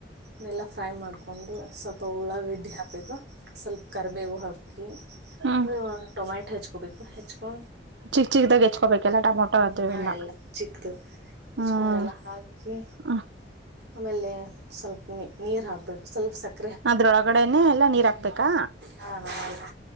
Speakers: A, on the right; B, on the right.
A: ಇವನ್ನೆಲ್ಲ ಫ್ರೈ ಮಾಡ್ಕೊಂಡು ಸ್ವಲ್ಪ ಉಳ್ಳಾಗಡ್ಡಿ ಹಾಕ್ಬೇಕು ಸ್ವಲ್ಪ ಕರಿಬೇವು ಹಾಕಿ
B: ಹ್ಮ್
A: ಆಮೇಲೆ ಟೊಮೆಟ ಹಚ್ಕೋಬೇಕು ಹೆಚ್ಚ ಪ್ಪಾ
B: ಚಿಕ್ಕ್ ಚಿಕ್ಕದಾಗಿ ಹೆಚ್ಕೋಬೇಕಲ್ಲ ಟಮೊಟೊ ಆದ
A: ಹಾಂ
B: ಎಲ್ಲ
A: ಚಿಕ್ಕದು ಹೆಚ್ಕೊಂಡೆಲ್ಲ
B: ಹ
A: ಹಾಕಿ
B: ಹಾ
A: ಆಮೇಲೆ ಸ್ವಲ್ಪ ನೀ ನೀರ್ ಹಾಕ್ಬೇಕು ಸ್ವಲ್ಪ ಸಕ್ಕ
B: ಅದ್ರೊಳಗಡೆನೆ ಎಲ್ಲಾ ನೀರ ಹಾಕ್ಬೇಕಾ
A: ಹಾಂ ಹಾಂ ನೀರು